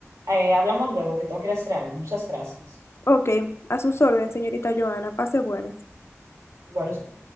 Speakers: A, on the right; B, on the left.
A: Eh, hablamos luego, que tengo que ir a hacer algo. Muchas gracias.
B: Ok, a sus órdenes, señorita Joana, pase buenas.
A: Igual usted.